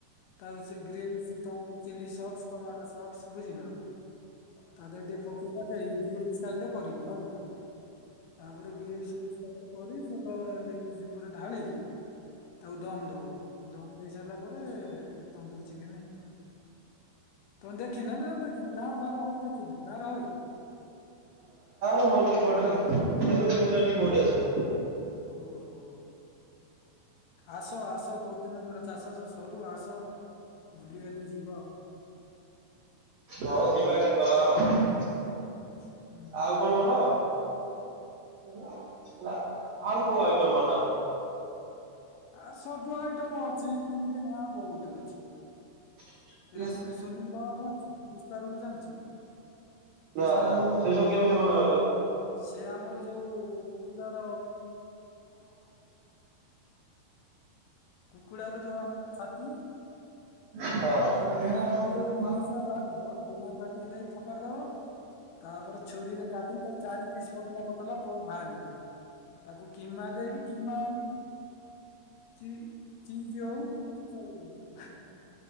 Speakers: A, on the left; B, on the right.
A: ତା ସେ ଗ୍ରେସି ତା ହଉଚେ ଚିଲିସକ୍ସ ଟମାଟୋ ସକ୍ସ ବୁଝିଲ। ତା ଦେରେ ଟିକେ ପକେଇ ପଖେଇ ଗ୍ରୀସ ଷ୍ଟାଇଲ କରିବୁ ହେଲା ତାପରେ ଗ୍ରୀସ ହଉଚି ତାପରେ କରି ସେଇଟା ଲେଗପିସ ଉପରେ ଢାଳିକି ତାକୁ ଦମ ଦବୁ ଦମ ଦେଇ ସାରିଲା ପରେ ତନ୍ଦୁରୀ ଚିକେନ ହେଲା। ତୁମେ ଦେଖିନ ନା ଦେଖି ଗାଁ ଫାରେ ହଉ ଦେଖିନ ଗାଁରେ ହୋଏ
B: ହୁଏନି ଏପଟରେ ଏସବୁ ଜିନିଷ ଏଠି କୋଉଠି ଆସିବ।
A: ଓହୋ ଆସ ଆସ କୋଉଦିନ ଧର ଚାଷ ଚାଷ ସରୁ ଆସ ବୁଲିିବାଲି ଯିବ।
B: ହଁ ଯିବା କେତେବେଳେ ଆଉ
A: ହୁଁ।
B: ଆଉ କଣ ବନାଅ? ହେଲା ଆଉ କୋଉ ଆଇଟମ ବନା?
A: ଆ ସବୁ ଆଇଟମ ଅଛି ଏମିତି ନା ବହୁତ ଅଛି।
B: <inaudible>
A: ରେଶମି ସୁନିଲ କବାବ ଜାଣିଛ ପିସ୍ତା ରୋଲ ଜାଣିଛ ପିସ୍ତା
B: ନା ନା
A: ରୋଲ
B: ସେ ସବୁ କେମିତି ବନା ହେବ? <inaudible>
A: ସିଏ ଆମର ଯୋଉ କୁକୁଡାର କୁକୁଡ଼ା ର ଯୋଉ ଆମର ଛାତି
B: ହଁ
A: ତାର
B: ହୁଁ।
A: ଡେଣା ପାଖ ଯଉ ମାଉଁସ ବାହାରିବା ଡେଣା କାଟିକି ଦେଇକି ଫୋପାଡି ଦବ। ତାପରେ ଛୁରୀରେ କାଟିିକି ତା ଚାରି ପିସ୍ ପତଲା ପତଲା ପୋ ବାହାରିିବ। ତାକୁ କିମା ଦେଇକି କିମା ଚି ଚିଜ ହଉ କି ଯଉ ହଉ